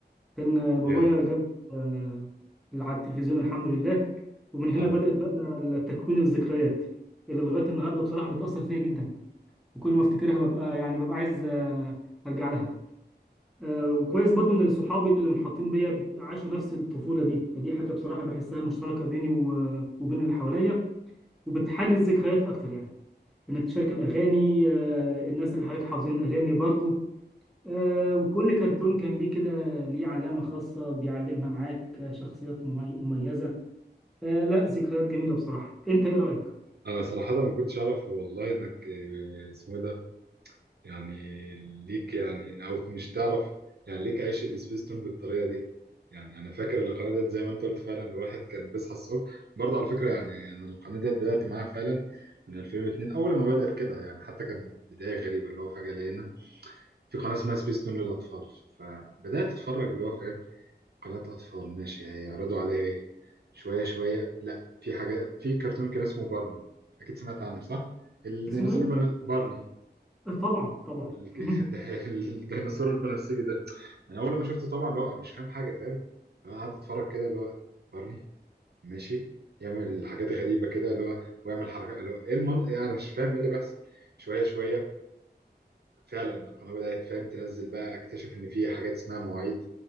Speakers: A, in the centre; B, on the right (about 65°).
A: كان بابايا
B: يا
A: جاب آه، على التلفزيون الحمد لله ومن
B: الحمد
A: هنا بدأت بقى تكوين الذكريات اللي لغاية النهاردة بصراحة بتأثر فيا جدا وكل ما افتكرها ببقى يعني ببقى عايز آه، أرجع لها آه، وكويس برضو إن صحابي اللي محاطين بيا عاشوا نفس الطفولة دي فدي حاجة بصراحة بحسها مشتركة بيني و- وبين اللي حواليا وبتحلي الذكريات أكتر يعني إنك تشارك الأغاني آه، الناس اللي حواليك حافظين أغاني برضو آه، وكل كرتون كان ليه كده ليه علامة خاصة بيعلمها معاك آه، شخصيات ممي- مميزة آه، لا ذكريات جميلة بصراحة انت ايه رأيك
B: انا صراحة ما كنتش اعرف والله انك آه، اسمه إيه ده يعني ليك يعني او مش تعرف يعني ليك عشق السبيس تون بالطريقة دي يعني انا فاكر القناة ديت زي ما انت قلت فعلا الواحد كان بيصحى الصبح برضه على فكرة يعني انا القناة ديت بدأت معاها فعلا من 2002 اول ما بدأت كده يعني حتى كان بداية غريبة اللي هو فجأة لقينا في قناة اسمها سبيس تون للاطفال فبدأت اتفرج اللي هو فاهم قناة اطفال ماشي هيعرضوا عليا ايه شوية شوية لا في حاجة في كرتون كان اسمه بارني أكيد سمعت عنه صح؟ الديناصور
A: اسمه ايه
B: البن- بارني
A: آه، طبعا طبعا
B: ال-
A: <laughs>
B: <laughs> ده- الديناصور البنفسجي ده أنا أول ما شفته طبعا اللي هو مش فاهم حاجة فاهم اللي هو قاعد أتفرج كده اللي هو بارني ماشي يعمل حاجات غريبة كده اللي هو ويعمل حركات اللي هو إيه المن... يعني أنا مش فاهم إيه اللي بيحصل شوية شوية فعلا القناة بدأت فاهم تنزل بقى أكتشف إن في حاجات اسمها مواعيد